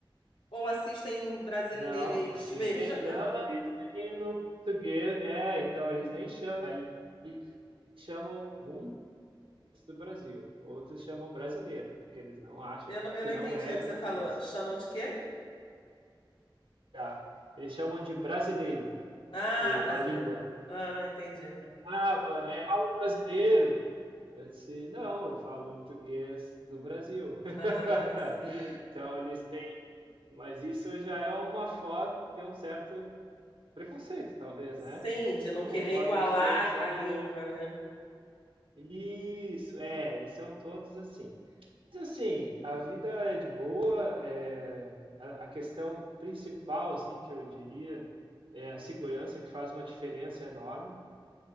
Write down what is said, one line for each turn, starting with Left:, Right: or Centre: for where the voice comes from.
Left: ou assistem em brasileirês
Right: Não, assistem.
Left: mesmo?
Right: Não, não, assistem no português. É, então eles nem chamam. Aí chamam alguns do Brasil, outros chamam brasileiro, porque eles não
Left: <laughs>
Right: acham
Left: Eu não, eu
Right: que
Left: não
Right: não
Left: entendi
Right: é
Left: o
Right: português.
Left: que você falou. Chamam de quê?
Right: Tá. Eles chamam de brasileiro
Left: Ah,
Right: o,
Left: brasileiro.
Right: a língua.
Left: Ah, entendi.
Right: Ah, va- é algo brasileiro. Eu disse, não, eu falo português do Brasil. <laughs>
Left: Ah, sim.
Right: Então eles têm, mas isso já é uma forma de ter um certo preconceito, talvez,
Left: Sim,
Right: né?
Left: de não
Right: É uma
Left: querer
Right: forma
Left: igualar
Right: de ter um certo
Left: a língua, né?
Right: Isso, é, eles são todos assim. Mas assim, a vida é de boa, é, a, a questão principal, assim, que eu diria, é a segurança, que faz uma diferença enorme.